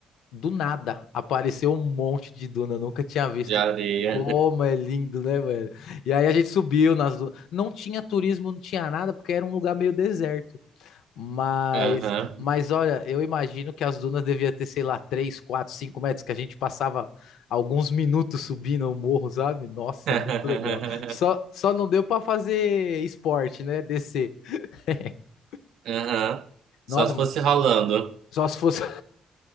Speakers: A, on the left; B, on the right.
A: do nada apareceu um monte de duna, eu nunca tinha visto.
B: De areia.
A: Como é lindo, né, velho? E aí a gente subiu nas dunas. Não tinha turismo, não tinha nada, porque era um lugar meio deserto. Mas,
B: <laughs> Aham.
A: mas olha, eu imagino que as dunas devia ter, sei lá, 3, 4, 5 metros, que a gente passava alguns minutos subindo o morro, sabe? Nossa,
B: <laughs>
A: muito legal. Só, só não deu para fazer esporte, né? Descer. <laughs>
B: Aham.
A: Nossa,
B: Só se fosse rolando.
A: só se fosse